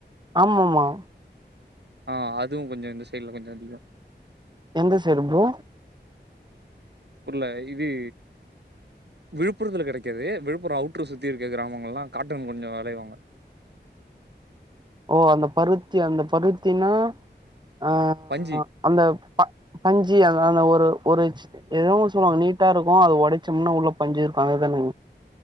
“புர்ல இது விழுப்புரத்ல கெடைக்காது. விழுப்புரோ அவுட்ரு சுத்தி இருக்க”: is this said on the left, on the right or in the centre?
Right